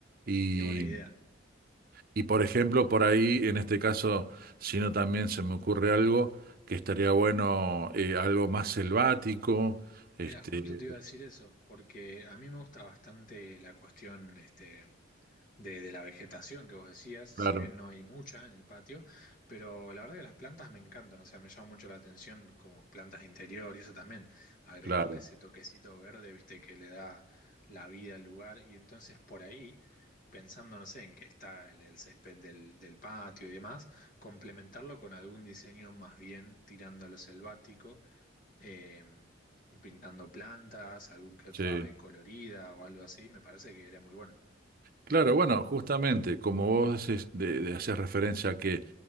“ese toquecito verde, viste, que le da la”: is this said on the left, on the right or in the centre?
Left